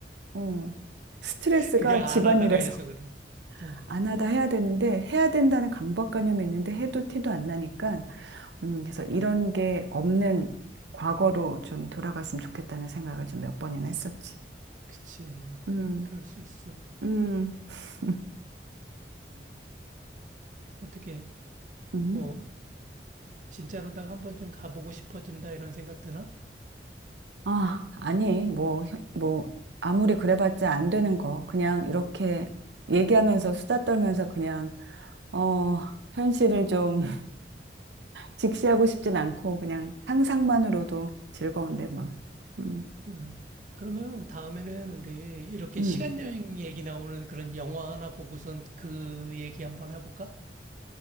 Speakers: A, on the right; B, on the right.
A: 음, 스트레스가
B: <laughs> 그게 안
A: 집안일에서
B: 하다가 해서 그래.
A: <laughs>
B: 응,
A: 안 하다 해야 되는데 해야 된다는 강박관념이 있는데 해도 티도 안 나니까 음, 그래서 이런 게 없는 과거로 좀 돌아갔으면 좋겠다는 생각을 좀 몇 번이나 했었지.
B: 그치.
A: 음,
B: 그럴 수 있어.
A: 음, <laughs>
B: 어떻게,
A: 음.
B: 뭐, 진짜로다가 한 번쯤 가보고 싶어진다 이런 생각 드나?
A: 아, 아니, 뭐, 혀- 뭐, 아무리 그래봤자 안 되는 거. 그냥 이렇게 얘기하면서 수다 떨면서 그냥, 어, 현실을 좀 직시하고 싶진 않고 그냥 상상만으로도 즐거운데 뭐. 음,
B: 응. 그러면 다음에는 우리 이렇게
A: 음.
B: 시간 여행 얘기 나오는 그런 영화 하나 보고선 그 얘기 한번 해볼까?